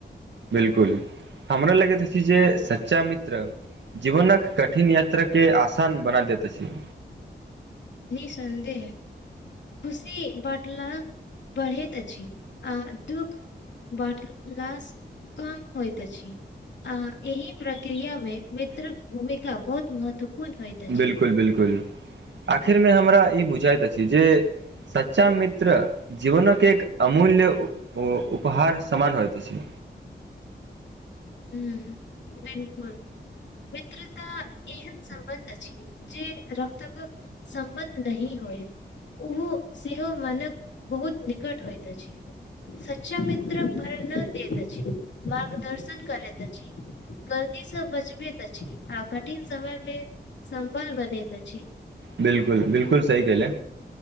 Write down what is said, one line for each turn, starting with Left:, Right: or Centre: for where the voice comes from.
Right: बिल्कुल हमरा लगै अछि जे सच्चा मित्र जीवन क कठिन यत्रा के आसान बना दै अछि
Left: निसंधेह खुशी बटला बढ़ैत अछि आ दुःख बाँटलास कम होइत अछि आ एहि प्रक्रिया में मित्र भूमिका बहुत महत्वपूर्ण होइत अछि
Right: बिलकुल बिलकुल आखिर मे हमरा ई बुझात अछि जे सच्चा मित्र जीवनक एक अमूल्य उपहार समान होयत अछि।
Left: हू रेनकुल मित्रता एहन सम्बन्ध अछि जे रक्तक संबन्ध नहि होइत ओहो सेहो मानक बहुत निकट होइत अछि सच्चा मित्र प्रेरणादेैत अछि मार्गदर्शन करैत अछि गलतीसँ बजबैत अछि आ कठिन समय मे संबल बनैत अछि
Right: बिलकुल बिलकुल सही कह ले